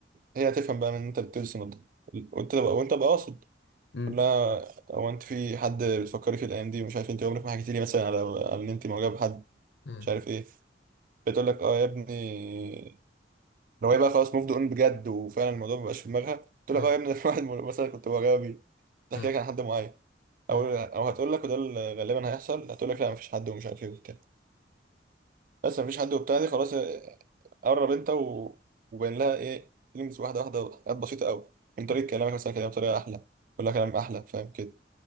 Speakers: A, on the right; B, on the left.
A: هي هتفهم بقى من ان انت بتجس النبضة وانت بقى وانت بقى قاصد
B: امم
A: تقول لها هو انت في حد بتفكري في الايام دي مش عارف انت عمرك ما حكيتي لي مثلا على على ان انت معجبه بحد
B: امم
A: مش عارف ايه بتقول لك اه يا ابني لو هي بقى خلاص موفد اون بجد وفعلا الموضوع ما بقاش في دماغها تقول
B: امم
A: لك اه يا ابني ده <laughs> واحد مثلا كنت معجبه بيه تحكي
B: امم
A: لك عن حد معين
B: امم
A: او او هتقول لك وده اللي غالبا هيحصل هتقول لك لا مفيش حد ومش عارف ايه وبتاع بس مفيش حد وبتاع دي خلاص آه، قرب انت و... وبين لها ايه فيلينجز واحده واحده حاجات بسيطه قوي من طريقه
B: امم
A: كلامك مثلا كده بطريقه احلى كل كلام احلى فاهم كده